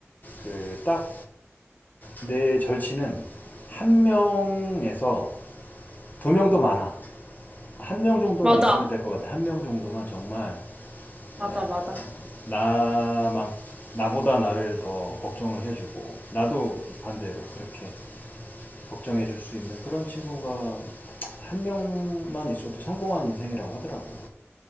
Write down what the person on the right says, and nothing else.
맞아,
맞아,
맞아.